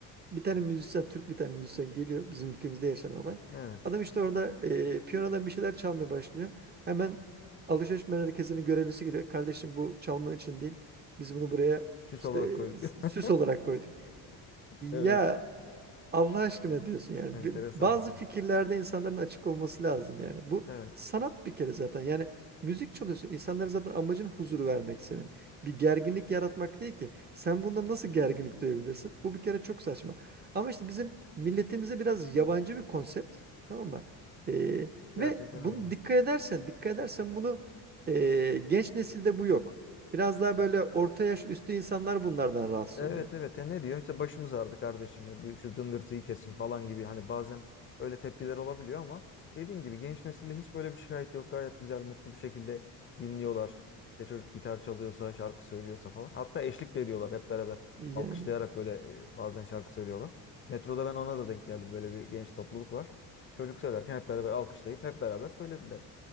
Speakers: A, on the right (about 25°); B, on the left (about 30°).
A: Bir tane müzisyen, Türk bir tane müzisyen geliyor bizim ülkemizde yaşanan olay.
B: Evet.
A: Adam işte orada e, piyanodan bir şeyler çalmaya başlıyor. Hemen alışveriş merkezinin görevlisi geliyor. Kardeşim bu çalman için değil. Biz bunu buraya
B: Süs
A: işte
B: olarak koyduk.
A: e,
B: <laughs>
A: süs olarak koyduk.
B: Evet.
A: Ya Allah aşkına diyorsun yani.
B: Enteresan.
A: Bi- Bazı fikirlerde insanların açık olması lazım yani. Bu
B: Evet.
A: sanat bir kere zaten. Yani müzik çalıyorsun. İnsanlara zaten amacın huzuru vermek senin. Bir gerginlik yaratmak değil ki. Sen bundan nasıl gerginlik duyabilirsin? Bu bir kere çok saçma. Ama işte bizim milletimize biraz yabancı bir konsept. Tamam mı? Ee,
B: Gerçekten
A: ve bunu
B: öyle.
A: dikkat edersen, dikkat edersen bunu ee, genç nesilde bu yok. Biraz daha böyle orta yaş üstü insanlar bunlardan rahatsız
B: Evet
A: oluyor.
B: evet. Ya ne diyor? İşte başımız ağrıdı kardeşim. Bir Şu dıngırtıyı kesin falan gibi. Hani bazen öyle tepkiler olabiliyor ama dediğin gibi genç nesilde hiç böyle bir şikayet yok. Gayet güzel, mutlu bir şekilde dinliyorlar. İşte çocuk gitar çalıyorsa, şarkı söylüyorsa falan. Hatta eşlik de ediyorlar hep beraber.
A: Yani.
B: Alkışlayarak böyle e, bazen şarkı söylüyorlar. Metroda ben ona da denk geldim. Böyle bir genç topluluk var. Çocuk söylerken hep beraber alkışlayıp hep beraber söylediler.